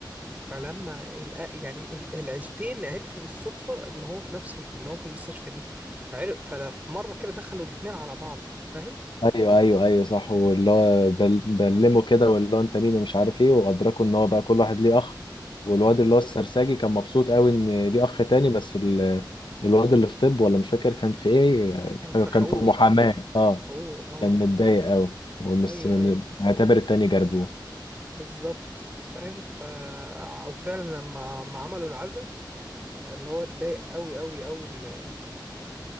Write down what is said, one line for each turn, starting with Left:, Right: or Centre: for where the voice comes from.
Right: فلما الأ- يعني ال- العيلتين عرفوا بالصدفة إن هو في نفس الم- إن هو في المستشفى دي فعرف ففي مرة كده دخلوا الاتنين على بعض فاهم
Left: ايوه ايوه ايوه صح واللي هو بل- بلمه كده واللي هو انت مين ومش عارف ايه وادركوا ان هو بقى كل واحد ليه اخ والواد اللي هو السرساجي كان مبسوط قوي ان ليه اخ تاني بس ال... الواد اللي في طب ولا مش فاكر كان في ايه
Right: كان في حقوق
Left: كان في محاماة اه
Right: حقوق اه
Left: كان متضايق قوي ومس
Right: أيوه
Left: م-
Right: أيوه
Left: معتبر التاني جربوه
Right: بالظبط فاهم ف او فعلا لما ما عملوا العزا آه، اللي هو اتضايق قوي قوي قوي ان